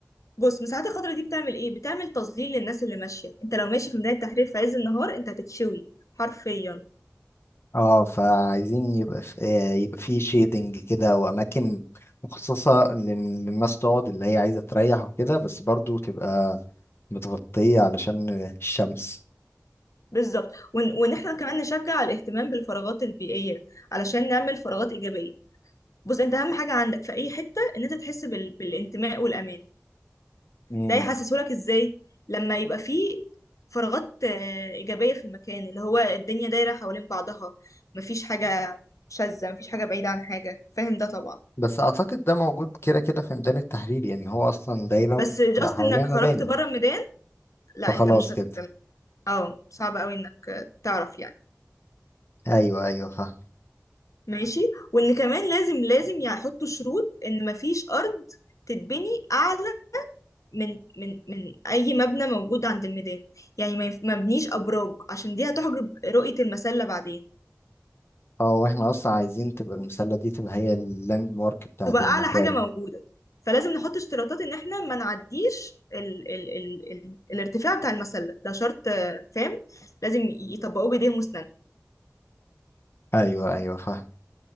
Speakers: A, on the left; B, on the left.
A: بص المساحات الخضراء دي بتعمل ايه بتعمل تظليل للناس اللي ماشيه انت لو ماشي في ميدان التحرير في عز النهار انت هتتشوي حرفيا
B: اه فعايزين يبقى في آه، يبقى فيه شيدنج كده واماكن مخصصة لل- للناس تقعد اللي هي عايزة تريح وكده بس برضو تبقى متغطية علشان الشمس
A: بالظبط وان وإن احنا كمان نشجع الاهتمام بالفراغات البيئيه علشان نعمل فراغات ايجابيه بص انت اهم حاجه عندك في اي حته ان انت تحس بال... بالانتماء والامان
B: مم.
A: ده يحسسهولك ازاي لما يبقى فيه فراغات آه، إيجابية في المكان اللي هو الدنيا دايرة حوالين بعضها مفيش حاجة شاذة مفيش حاجة بعيدة عن حاجة فاهم ده طبعا
B: بس أعتقد ده موجود كده كده في ميدان التحرير يعني هو أصلا دايرة
A: بس جاست
B: حواليها
A: انك
B: مباني
A: خرجت بره الميدان لا
B: فخلاص
A: انت مش هت
B: كده
A: اه صعب قوي انك آه، تعرف يعني
B: أيوه أيوه فاهم
A: ماشي وان كمان لازم لازم يحطوا شروط ان مفيش ارض تتبني اعلى من من من اي مبنى موجود عند الميدان يعني ما ينف- ما بنيش ابراج عشان دي هتحجب رؤية المسلة بعدين
B: اه واحنا أصلا عايزين تبقى المسلة دي تبقى هي اللاند مارك بتاعت
A: تبقى
B: المكان
A: اعلى حاجه موجوده فلازم نحط اشتراطات ان احنا ما نعديش ال ال ال ال الارتفاع بتاع المسله ده شرط آه، فاهم لازم يطبقوه بايديهم واسنانهم
B: أيوه أيوه فاهم